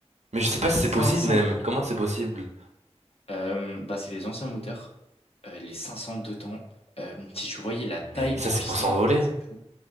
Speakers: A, on the right (about 85°); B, on the left (about 60°).
A: Mais je sais pas si
B: 500.
A: c'est possible, même. Comment c'est possible?
B: euh, bah, c'est les anciens moteurs. euh, les 500 deux temps. Euh, si tu voyais la
A: Mais,
B: taille
A: mais
B: du
A: ça, c'est
B: piston,
A: pour s'envoler.
B: c'est fou.